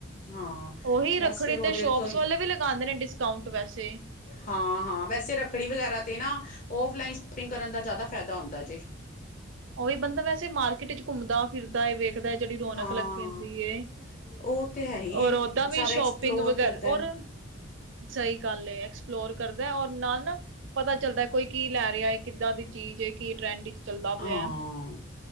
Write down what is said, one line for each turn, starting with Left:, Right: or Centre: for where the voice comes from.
Left: ਹਾਂ।
Right: ਉਹੀ
Left: ਬਸ
Right: ਰੱਖੜੀ
Left: ਫੇਰ ਉਹਦੇ
Right: ਤੇ ਸ਼ੋਪਸ
Left: ਤੋਂ ਹੀ
Right: ਵਾਲੇ ਵੀ ਲਗਾਂਦੇ ਨੇ ਡਿਸਕਾਊਂਟ ਵੈਸੇ
Left: ਹਾਂ ਹਾਂ ਵੈਸੇ ਰੱਖੜੀ ਵਗੈਰਾ ਤੇ ਨਾ ਓਫਲਾਈਨ ਸ਼ੋਪਿੰਗ ਕਰਨ ਦਾ ਜ਼ਿਆਦਾ ਫਾਇਦਾ ਹੁੰਦਾ ਜੇ।
Right: ਓਹੀ ਬੰਦਾ ਵੈਸੇ ਮਾਰਕੀਟ ਚ ਘੁੰਮਦਾ ਫਿਰਦਾ ਵੇਖਦਾ ਜੇੜੀ ਰੌਣਕ
Left: ਹਾਂ
Right: ਲੱਗੀ ਹੁੰਦੀ ਏ।
Left: ਉਹ ਤੇ ਹੈ ਹੀ
Right: ਔਰ
Left: ਏ
Right: ਓਦਾਂ ਵੀ
Left: ਸਾਰਾ
Right: ਸ਼ੋਪਿੰਗ
Left: ਐਕਸਪਲੋਰ
Right: ਵਗੈਰਾ
Left: ਕਰਦਾ
Right: ਰ ਸਹੀ ਗੱਲ ਏ। ਐਕਸਪਲੋਰ ਕਰ ਔਰ ਨਾਲ ਨਾ ਪਤਾ ਚੱਲਦਾ ਏ ਕੋਈ ਕੀ ਲੈ ਰਿਹਾ ਐ, ਕਿੱਦਾਂ ਦੀ ਚੀਜ਼, ਕੀ ਟਰੈਂਡਿੱਗ ਚੱਲਦਾ। ਪਿਆ
Left: ਹਾਂ
Right: ਹੈ।